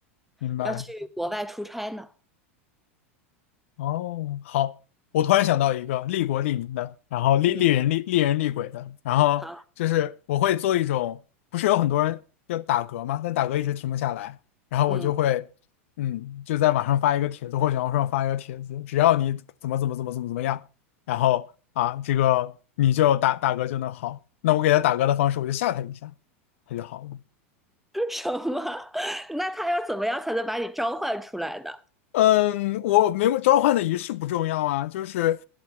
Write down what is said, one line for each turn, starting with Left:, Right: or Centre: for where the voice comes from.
Left: 明白。
Centre: 要去国外出差呢。
Left: 哦，好，我突然想到一个利国利民的，然后利利人利利人利鬼的，
Centre: 嗯，
Left: 然后就是我会做一种，
Centre: 好，
Left: 不是有很多人要打嗝吗？但打嗝一直停不下来，然后我就会，
Centre: 嗯。
Left: 嗯，就在网上发一个帖子或小红书上发一个帖子，只要你怎么怎么怎么怎么怎么样，然后啊，这个你就打打嗝就能好。那我给他打嗝的方式，我就吓他一下，他就好了。
Centre: <laughs> 什么？那他要怎么样才能把你召唤出来呢？
Left: 嗯，我没有召唤的仪式不重要啊，就是，